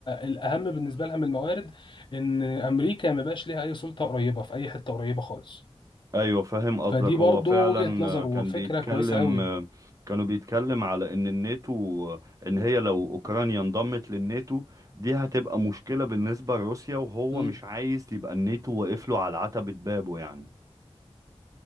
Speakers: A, on the left; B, on the right.
A: الأهم بالنسبة لها من الموارد إن أمريكا ما بقاش ليها أي سلطة قريبة في أي حتة قريبة خالص
B: ايوه فاهم قصدك
A: فدي برضو
B: هو فعلا
A: وجهة نظر
B: آه، كان
A: وفكرة
B: بيتكلم
A: كويسة قوي
B: آه، كانوا بيتكلم على ان الناتو آه، ان هي لو اوكرانيا انضمت للناتو دي هتبقى مشكلة بالنسبة لروسيا وهو
A: مم.
B: مش عايز يبقى الناتو واقف له على عتبة بابه يعني